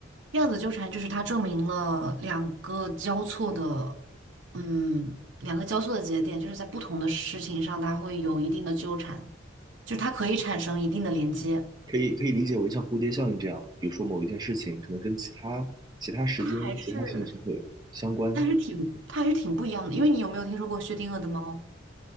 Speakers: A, on the right; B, on the right.
A: 量子纠缠就是它证明了两个交错的，嗯，两个交错的节点，就是在不同的事情上，它会有一定的纠缠，就是它可以产生一定的连接。
B: 可以可以理解为像蝴蝶效应这样，比如说某一件事情可能跟其他其他时间、
A: 它还是，
B: 其他事情是会有相关
A: 但是挺，它还是挺不一样的。因为你有没有听说过薛定谔的猫？